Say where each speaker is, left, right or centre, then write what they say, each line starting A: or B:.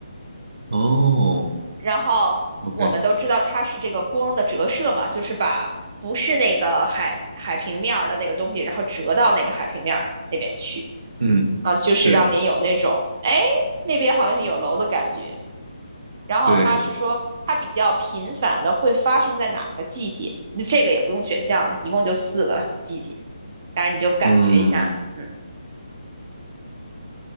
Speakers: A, on the right (about 85°); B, on the right (about 30°).
A: 哦
B: 然后我们都知道它是这个光的折射嘛，
A: ，OK，
B: 就是把不是那个海海平面儿的那个东西，然后折到那个海平面儿那边去
A: 嗯，
B: 啊，就是让你有那种哎那边好像有楼的感觉。
A: 对
B: 然后他是说它比较频繁的会发生在哪个季节？
A: 对，
B: 这个也不用选项了，一共就四个季节，当然你就感觉一下，
A: 嗯
B: 嗯，